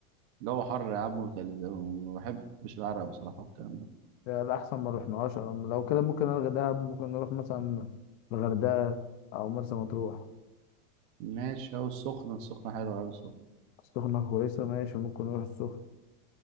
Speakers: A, on the right; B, on the left.
A: جو حر يا عم وتلج وما بحبش العرق بصراحة والكلام ده
B: يعني الأحسن ما رحناهاش أو لو كده ممكن ألغي دهب ممكن نروح مثلا الغردقة أو مرسى مطروح
A: ماشي أهو السخنة السخنة حلوة أوي السخنة
B: السخنة كويسة ماشي ممكن نروح السخنة